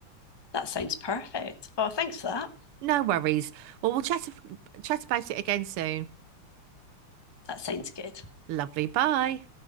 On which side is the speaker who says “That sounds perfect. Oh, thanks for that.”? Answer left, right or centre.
Left